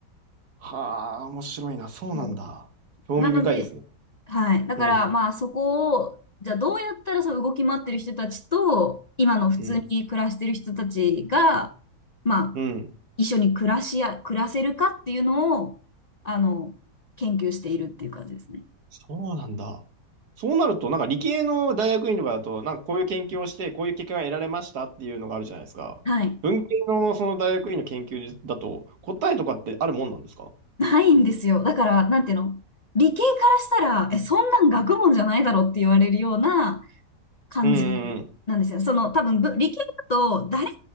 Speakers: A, on the right; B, on the left.
A: はあ、面白いな。そうなんだ。
B: そ
A: 興味深いですね。
B: う。なので、はい。だから、
A: うん、
B: まあそこを、じゃあどうやったらその動き回ってる人たちと、今の普通に暮らしてる人たちが、
A: うん、
B: まあ、
A: うん。
B: 一緒に暮らしや、暮らせるかっていうのを、あの、研究しているっていう感じですね。
A: そうなんだ。そうなると、なんか理系の大学院とかだと、なんかこういう研究をして、こういう結果が得られましたっていうのがあるじゃないですか。
B: はい。
A: 文系のその大学院の研究だと、答えとかってあるもんなんですか
B: ないんですよ。だから、なんていうの理系からしたら、え、そんなん学問じゃないだろって言われるような感じ
A: うん、うん、うん。
B: なんですよ。その、多分、ぶ理系だと誰も